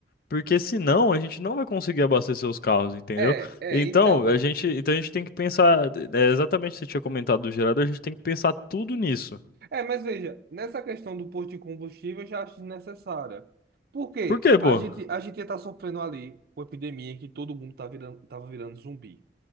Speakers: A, on the left (about 55°); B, on the right (about 55°).
A: Porque senão a gente não vai conseguir abastecer os carros, entendeu?
B: É, é,
A: Então,
B: então.
A: a gente, então a gente tem que pensar, é, exatamente o que você tinha comentado do gerador, a gente tem que pensar tudo nisso.
B: É, mas veja, nessa questão do posto de combustível eu já acho desnecessária. Por quê?
A: Por quê, pô?
B: A gente, a gente ia estar sofrendo ali com a epidemia que todo mundo tá virando, tava virando zumbi.